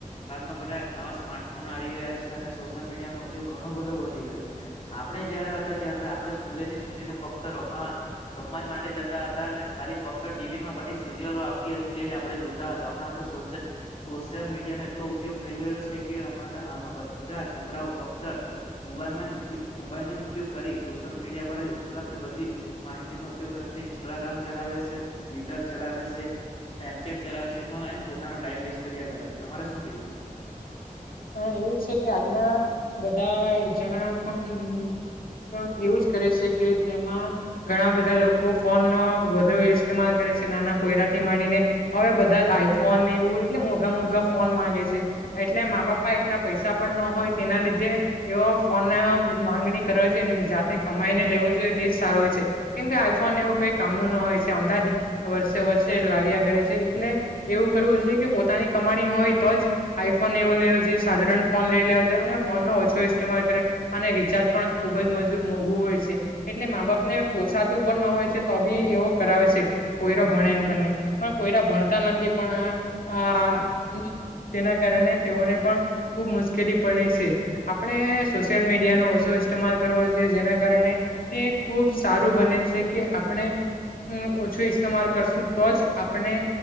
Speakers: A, on the left; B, on the left.
A: હાલમાં બધા નવા સ્માર્ટ ફોન આવી ગયા છે, અને સોશિયલ મીડિયાનો ઉપયોગ ઘણો બધો વધી ગયો આપણે જયારે હ તા ત્યાર તો આપણે સ્કૂલેથી છુટીને ફક્ત રમવા રમા જ માટે જતા હતા અને ખાલી ફક્ત ટીવીમાં બધી સિરિયલો આવતી હતી. તે જ આપણે જોતા હતા હમણાં તો સોશલ સોશિયલ મીડિયાનો એટલો ઉપયોગ થઈ ગયો છે. કે હમણાં તો હાલમાં બધાં છોકરાઓ ફક્ત મોબાઈલમાં ઉપયો મોબાઈલનો જ ઉપયોગ કરી સોસ સોશિયલ મીડિયા પર જ ઉપલબ્ધ બધી માહિતીનું ઉપયોગ કરે સે ઈન્સ્ટાગ્રામ ચલાવે સે, ટ્વિટર ચલાવે સે, સ્નેપચેટ ચલાવે છે, એમાં એને પોતાનો ટાઈમ વેસ્ટ કર્યા કરે છે, તમારે શું કેવું છે?
B: હા એવું જ છે, કે આજના બધા જણા પણ પણ એવું જ કરે છે, કે તેમાં ઘણા બધા લોકો ફોનનો વધુ ઇસ્તેમાલ કરે છે, નાના પોયરાથી માંડીને અવે બધા જ આઈફોન એવું એટલે મોઘા મોઘા ફોન માંગે છે, એટલે મા બાપ એટલા પૈસા પણ ન હોય તેના લીધે એવો ફોનના માંગણી કરે છે, જાતે ક માયને લેવું જોઈએ તેજ સારું હોય છે, કેમ કે આઈફોન એવું કઈ કામનું ના હોય છે, આમથા જ વર્ષે વર્ષે લાવ્યા કરે છે, એટલે એવું કરવું છે, કે પોતાની કમાણી હોય તો જ આઈફોન એવું લેવુ જો ફોન લઈ લેવો જોઈએ અને ફોનનો ઓછો ઇસ્તેમાલ કરે અને રિચાર્જ પણ ખુબ જ મજુ મોંઘું હોય છે. એટલે મા બાપ ને પોસાતું પણ ન હોય છે, તો બી એવો કરાવે છે, પોયરો ભણે એમ કરીને પન પો યરા ભણતા નથી પણ આ આ તેના કારણે તેઓને પણ ખુબ મુશ્કેલી પડે સે. આપણે સોશિયલ મીડિયાનો ઓછો ઇસ્માલ કરવો જોઈએ જેના કારણે તે ખુબ સારું બને છે કે આપણે અમ ઓછો ઇસ્તેમાલ કરશું તો જ આપને